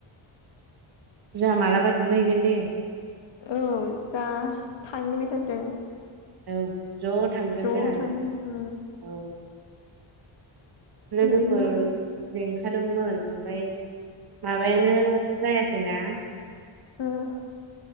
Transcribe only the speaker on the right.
जाहा मालाबा दुगै हैगोन दै
औ ज' थांगोन
जोंहा
लो औ
लोगोफोर लिंखादोंमोन ओमफ्राय माबायानो जाया बिना